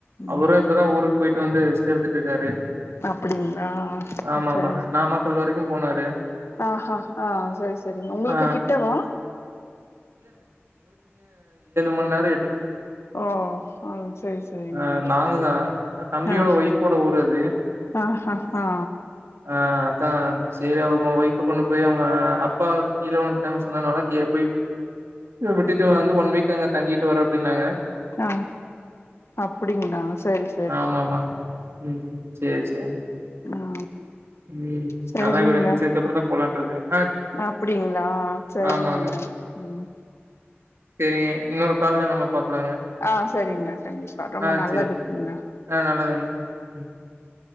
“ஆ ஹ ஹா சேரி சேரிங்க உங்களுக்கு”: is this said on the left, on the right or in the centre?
Left